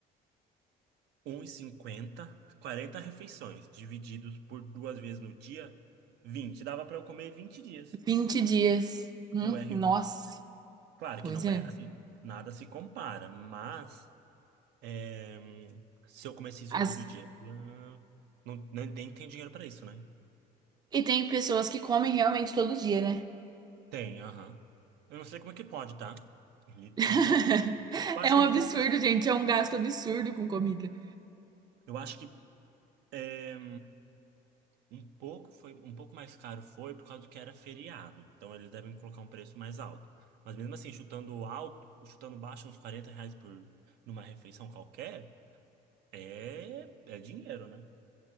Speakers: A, on the right (about 80°); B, on the right (about 25°).
A: um e cinquenta, quarenta refeições, divididos por duas vezes no dia, vinte Dava para eu comer 20 dias
B: 20 dias. Hum,
A: no R1.
B: nossa.
A: Claro
B: Pois
A: que não
B: é.
A: é assim, nada se compara, mas é, se eu comesse isso
B: As-
A: todo dia, ah, não, nem nem tem dinheiro para isso, né?
B: E tem pessoas que comem realmente todo dia, né?
A: Tem, aham. Eu não sei como é que pode, tá? Ele-
B: <laughs>
A: Não sei. Eu acho
B: É um
A: que um
B: absurdo,
A: pouco.
B: gente. É um gasto absurdo com comida.
A: Eu acho que. eh, Um pouco foi, um pouco mais caro foi por causa do que era feriado. Então eles devem colocar um preço mais alto. Mas mesmo assim, chutando alto, chutando baixo, uns 40 reais por numa refeição qualquer, é, é dinheiro, né?